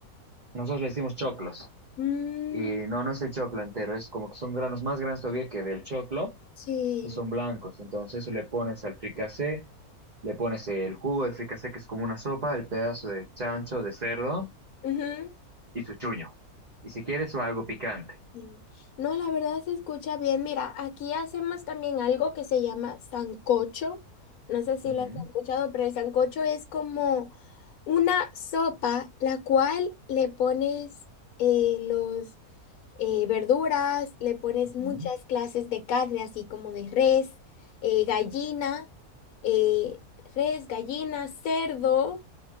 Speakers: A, on the right; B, on the left.
A: nosotros le decimos choclos.
B: Mm,
A: Y no, no es el choclo entero, es como que son granos más grandes todavía que del choclo
B: sí.
A: y son blancos. Entonces eso le pones al fricasé, le pones el jugo del fricasé que es como una sopa, el pedazo de chancho, de cerdo
B: Ujú.
A: y su chuño. Y si quieres o algo picante.
B: Sí. No, la verdad se escucha bien. Mira, aquí hacemos también algo que se llama sancocho. No sé si
A: Ujú,
B: lo has escuchado, pero el sancocho es como una sopa, la cual le pones eh, los eh, verduras, le pones
A: ujú.
B: muchas clases de carne, así como de res, eh, gallina, eh, res, gallina, cerdo,